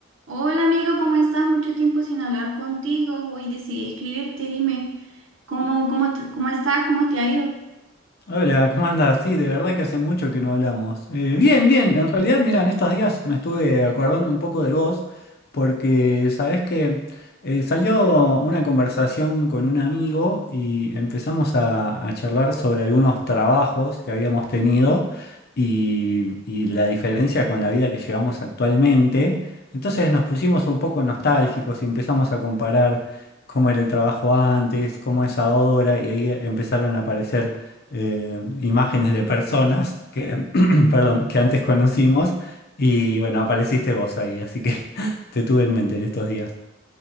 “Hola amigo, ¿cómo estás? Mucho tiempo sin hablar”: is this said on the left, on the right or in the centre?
Right